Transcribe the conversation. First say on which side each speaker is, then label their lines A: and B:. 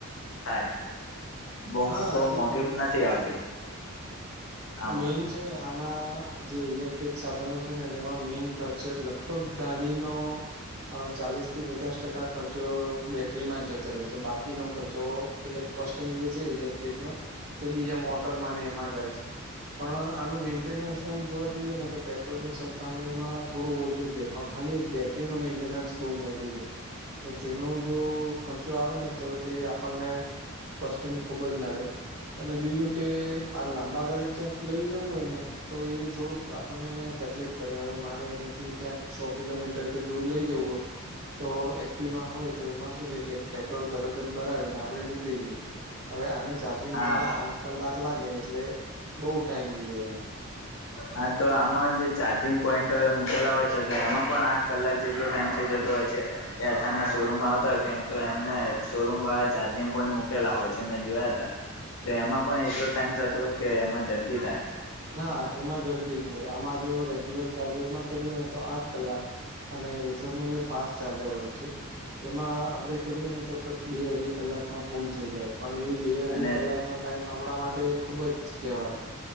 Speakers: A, on the left; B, on the right.
A: થાય બઉ
B: હા
A: બઉ મોંઘી
B: એ
A: નથી આવતી. આમાં
B: મેઇનસ છે ને આના જે ઇલેક્ટ્રિક સાધનો છે ને તેમાં મેન ખર્ચ લગભગ ગાડીનો અ ચાલીસ થી પચાસ ટકા ખર્ચો બેટરીમાં જતો રહે છે બાકી નો ખર્ચો ઇલે કોસ્ટિંગ જે છે ઇલેક્ટ્રિક નો તે બીજા મોટર માને એમાં જાય છે પણ આનું મેન્ટેનન્સ આમ જોવા જઈએ ને તો પે ટ્રોલની સરખામણીમાં થોડું ઓછું છે પણ ખાલી એક બેટરીનું મેન્ટેનન્સ બહુ મોંઘુ છે. ને તેનો જો ખર્ચો આવે ને તો જે આપણને કોસ્ટિંગ ખુબ જ નડે અને બીજું કે આ લાંબા ગાળે ક્યાંક લઈ જવું હોય ને તો એ થોડુંક આપણને તકલીફ કરે હવે મારે અહીંયાથી ક્યાંક સો કિલોમીટર કે દૂર લઇ જવું હોય તો એક્ટીવા હોય તો એમાં શું છે કે પેટ્રોલ તરત જ ભરાવીએ ને આપણે નીકળી જઈ હવે આને ચાર્જિંગ
A: હા
B: થતા આઠ કલાક લાગે એટલે બઉ ટાઈમ લે એમ
A: હાતો આમાં જે ચાર્જિંગ પોઈન્ટ મૂકેલા હોય છે તો એમાં પણ આઠ કલાક જેટલો ટાઈમ થઇ જતો હોય છે. એથરના શોરૂમ આવતા કતો એમને શોરૂમવાળા ચાર્જિંગ પોઈન્ટ મૂકેલા હોય છે મેં જોયાતા. તો એમાં પણ એટલો ટાઈમ થતો હોય કે એમાં ઝડપી થાય?
B: ના એમાં ઝડપી થાય આમાં જો રેગ્યુલર ચાર્જરમાં કરીએ ને તો આઠ કલાક અને એથરનું એ ફાસ્ટ ચાર્જર હોય છે એમાં આપડે કરીયે ને તો કરીએ બે અઢી કલાકમાં ફૂલ થઈ જાય પણ એ બે-અઢી
A: અને
B: કલાકનો ટાઈમ આપણા માટે ખુબ જ કેહેવાય.